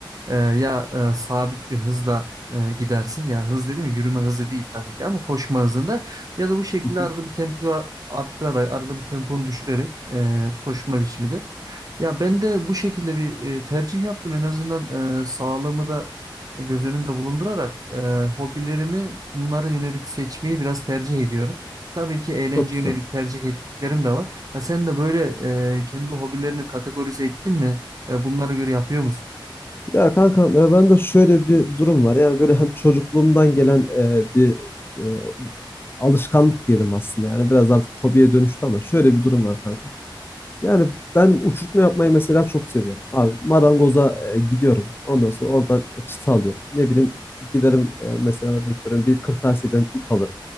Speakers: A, on the right; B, on the left.
A: E, ya e, sabit bir hızla e, gidersin. Ya hız dedi mi? Yürüme hızı değil tabii ki ama koşma hızında ya da bu şekilde
B: Hı hı.
A: arada bir tempo arttırarak, arada bir temponu düşürerek e, koşma biçimidir. Ya ben de bu şekilde bir e, tercih yaptım. En azından e, sağlığımı da göz önünde bulundurarak e, hobilerimi bunlara yönelik seçmeyi biraz tercih ediyorum. Tabii ki eğlence
B: Çok güzel.
A: yönelik tercih ettiklerim de var. Ha, sen de böyle e, kendi hobilerini kategorize ettin mi? E, bunlara göre yapıyor musun?
B: Ya kankam e, ben de şöyle bir durum var. Yani böyle hani çocukluğumdan gelen e, bir e, alışkanlık diyelim aslında. Yani biraz artık hobiye dönüştü ama şöyle bir durum var kanka. Yani ben uçurtma yapmayı mesela çok seviyorum. Abi marangoza
A: Hmm.
B: e, gidiyorum. Ondan sonra oradan çıta alıyorum. Ne bileyim giderim e, mesela örnek veriyorum bir kırtasiyeden ip alırım.